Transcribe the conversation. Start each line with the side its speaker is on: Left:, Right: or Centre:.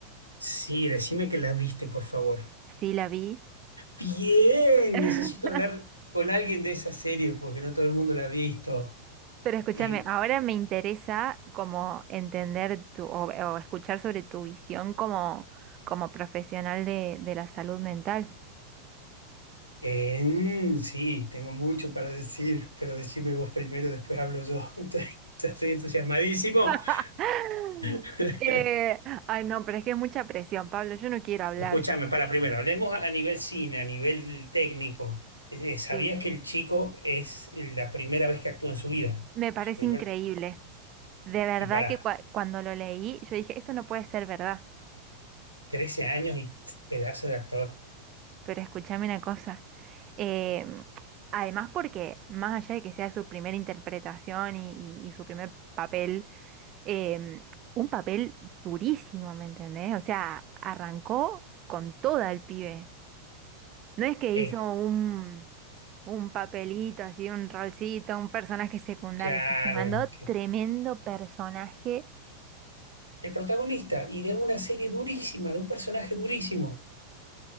Left: Sí, decime que la viste, por favor.
Right: Sí, la vi.
Left: Bien,
Right: <laughs>
Left: necesito hablar con alguien de esa serie porque no todo el mundo la ha visto.
Right: Pero escúchame,
Left: Y
Right: ahora me interesa como entender tu, o, o escuchar sobre tu visión como, como profesional de, de la salud mental.
Left: eh, sí, tengo mucho para decir, pero decime vos primero, después hablo yo. <laughs> Estoy- estoy entusiasmadísimo.
Right: <laughs>
Left: <laughs>
Right: Eh, ay, no, pero es que es mucha presión, Pablo, yo no quiero hablar.
Left: Escúchame, para primero, hablemos a a nivel cine, a nivel técnico. Eh, eh, ¿Sabías
Right: Sí.
Left: que el chico es la primera vez que actúa en su vida?
Right: Me parece
Left: Su primer-
Right: increíble. De verdad
Left: y para
Right: que cua- cuando lo leí, yo dije, esto no puede ser verdad.
Left: 13 años y pedazo de actor.
Right: Pero escúchame una cosa. em, además, porque más allá de que sea su primera interpretación y, y- y su primer papel, em, un papel durísimo, ¿me entendés? O sea, arrancó con toda el pibe. No es que
Left: Es
Right: hizo un, un papelito, así, un rolcito, un personaje secundario,
Left: claro,
Right: que se mandó
Left: que-
Right: tremendo personaje.
Left: el protagonista y de una serie durísima, de un personaje durísimo.